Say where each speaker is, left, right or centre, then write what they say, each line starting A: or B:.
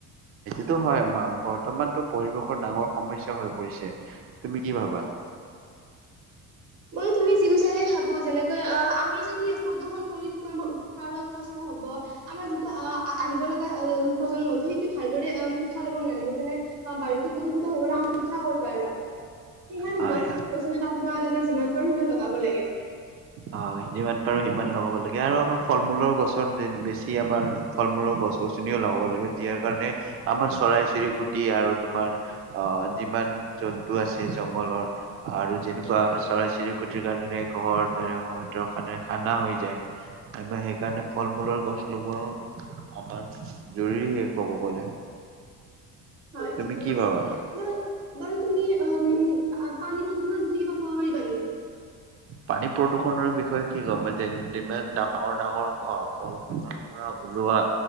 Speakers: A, on the right; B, on the right.
A: সটো হয়। বৰ্তমানতটো পৰিৱেশৰ ডাঙৰ সমস্যয়া হৈ পৰিছে। তুমি কি ভাবা?
B: মইো তুমি যিকৈছা সেই ভাবো। যেনেকৈ অ আমি যদি প্ৰদূ্ষন কৰি থাকো আমাৰ উৎসাহত কষ্ট হব। আমাৰ যিটো আহিব লগা প্ৰজন্মটো সেইটো ভালদৰে উশাহ লব নোৱাৰিব। যেনে বাৰীতো প্ৰদূষিত হৈ গ' উশা কৰ পৰা লম। সেইকাৰণে
A: হয়
B: গছ-গছনে কাটিব নালাগে ইমান লগাব লাগে।
A: আহ যিমান পাৰো সিমান লগাব লাগে। আৰু আমাৰ ফল মূলৰ গছত বেছি আমাৰ ফল মূলৰ গছ গছনিও লগাব লাগে। যিয়াৰ কাৰণে আমাৰ চৰাই চিৰিকুটি আৰু তোমাৰ আহ যিমান জন্তু আছে জংঘলৰ আৰু যেনেকুৱা চৰাই চিৰিকুটিৰ কাৰণে ঘৰ সহতৰ কাৰে খানা হৈ যায়। আৰু সেইকাৰণে ফল মূলৰ গছ লগোৱাও আমাৰ জৰুৰী ক'ব গলে।
B: হয়
A: তুমি
B: ঠিকেই
A: কি
B: কৈছে।
A: ভাবা
B: বাৰ, বাৰ, তুমি অ পানী প্ৰদূষণত বিষয়ে কিবা কব পাৰিবা নেকি?
A: পানী প্ৰদূষনৰৰ বিষয়ে কি ক'ম এতিয়া ডাঙৰ ডাঙৰ কলখনৰ পৰা ওলোৱা